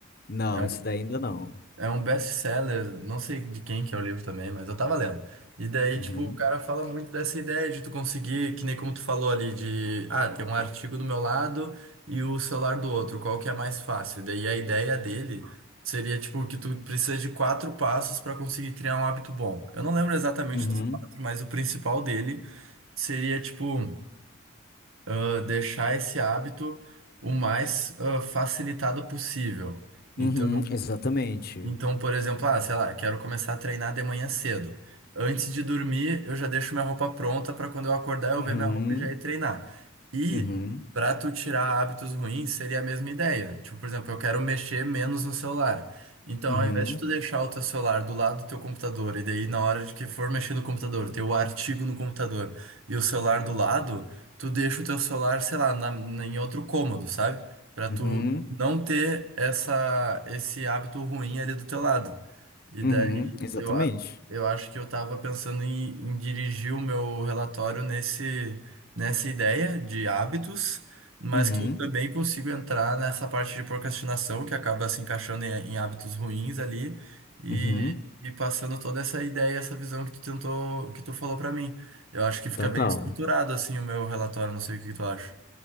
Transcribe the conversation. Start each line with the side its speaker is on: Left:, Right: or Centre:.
Left: Não,
Right: É
Left: esse daí ainda não.
Right: É um best-seller, não sei de quem que é o livro também, mas eu tava lendo. E daí,
Left: Uhum.
Right: tipo, o cara fala muito dessa ideia de tu conseguir, que nem como tu falou ali, de, ah, tem um artigo do meu lado e o celular do outro, qual que é mais fácil? Daí a ideia dele seria, tipo, que tu precisa de quatro passos pra conseguir criar um hábito bom. Eu não lembro exatamente
Left: Uhum.
Right: dos quatro, mas o principal dele seria, tipo, ah, deixar esse hábito o mais ah, facilitado possível. Então,
Left: Uhum. Exatamente.
Right: então, por exemplo, ah, sei lá, quero começar a treinar de manhã cedo. Antes de dormir, eu já deixo minha roupa pronta para quando eu acordar eu
Left: Uhum.
Right: ver minha roupa e já ir treinar. E
Left: Uhum.
Right: para tu tirar hábitos ruins, seria a mesma ideia. Tipo, por exemplo, eu quero mexer menos no celular. Então,
Left: Uhum.
Right: ao invés de tu deixar o teu celular do lado do teu computador e daí na hora de que for mexer no computador, ter o artigo no computador e o celular do lado, tu deixa o teu celular, sei lá, na- em outro cômodo, sabe? Pra tu
Left: Uhum.
Right: não ter essa, esse hábito ruim ali do teu lado. E
Left: Uhum.
Right: daí
Left: Exatamente.
Right: eu, a- eu acho que eu tava pensando em, em dirigir o meu relatório nesse, nessa ideia de hábitos, mas
Left: Uhum.
Right: que eu também consigo entrar nessa parte de procrastinação, que acaba se encaixando em, em hábitos ruins ali, e,
Left: Uhum.
Right: e passando toda essa ideia, essa visão que tu tentou, que tu falou para mim. Eu acho que fica
Left: Total.
Right: bem estruturado assim o meu relatório, não sei o que que tu acha.